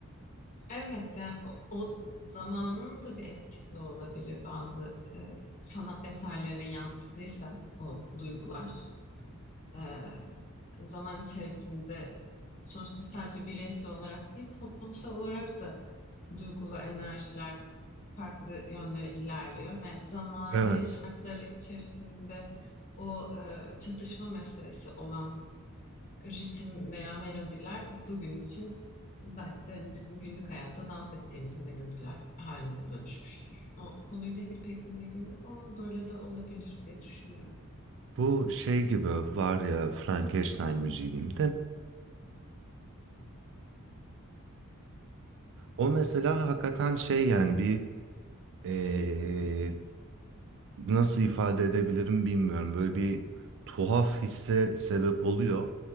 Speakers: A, on the left; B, on the right.
A: Evet yani o, o zamanın da bir etkisi olabilir bazı e, sanat eserlerine yansıdıysa o duygular. E, zaman içerisinde sonuçta sadece bireysel olarak değil toplumsal olarak da duygu ve enerjiler farklı yönlere ilerliyor. Yani zamane
B: Evet.
A: şartları içerisinde o e, çatışma meselesi olan ritim veya melodiler bugün için belki de hani bizim günlük hayatta dans ettiğimiz melodiler haline dönüşmüştür. O konuyla ilgili pek bir bilgim yok ama böyle de olabilir diye düşünüyorum.
B: Bu şey gibi var ya Frankenstein müziğim O mesela hakikaten şey yani bir eee, nasıl ifade edebilirim bilmiyorum. Böyle bir tuhaf hisse sebep oluyor.